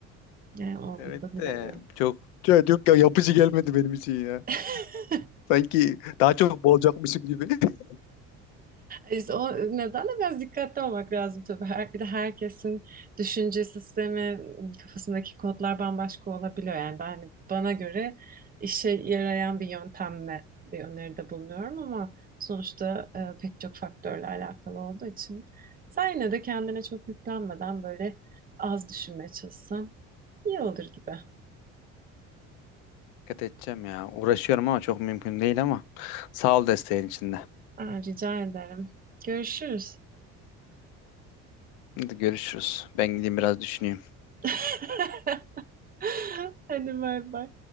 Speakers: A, on the right; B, on the left.
A: Yani
B: <laughs>
A: onu onu
B: Evet
A: da bilemiyorum.
B: de çok Çok, çok ya- yapıcı gelmedi benim için ya.
A: <laughs>
B: Sanki daha çok boğulacakmışım gibi. <laughs>
A: İşte o nedenle biraz dikkatli olmak lazım tabii. Her, bir de herkesin düşünce sistemi, kafasındaki kodlar bambaşka olabiliyor. Yani ben, hani bana göre işe yarayan bir yöntemle bir öneride bulunuyorum ama sonuçta e, pek çok faktörle alakalı olduğu için sen yine de kendine çok yüklenmeden böyle az düşünmeye çalışsan iyi olur gibi.
B: dikkat edeceğim ya. Uğraşıyorum ama çok mümkün değil ama sağ ol desteğin içinde.
A: Aa, rica ederim. Görüşürüz.
B: Hadi görüşürüz. Ben gideyim biraz düşüneyim.
A: <laughs> Hadi bay bay.